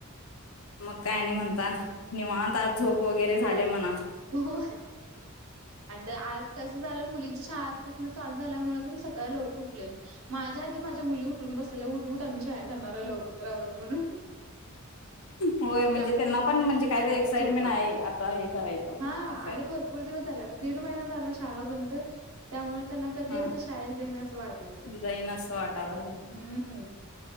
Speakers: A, on the left; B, on the right.
A: मग काय आणि म्हणता निवत आज झोप वगैरे झाले म्हणा
B: हो आणि आ कस मुलीं शज झाल्यामुळे मी सकाळी लकर उले माझ्या आधी माझ मुली उून ब चला उठ उठ आम्ही शार जाणार आहे लवकररावर म्हणून
A: होय म्हणजे
B: त्यामुळे
A: त्यांना पण
B: मग म्हटलं
A: म्हणजे काय
B: त्यांना
A: तर एक्साइडमेंट
B: पण झोपा.
A: आहे आता हे करायचं
B: हा
A: असं
B: आज
A: आहे
B: भरपूर दिवस झाला दीड महिना झाला शाळा बंद त्यामुळे त्यांना कधी
A: हा
B: एकदा शाळेला जाईना असं वाटल ते
A: जाईन असं वाटायला लागलं
B: हम्म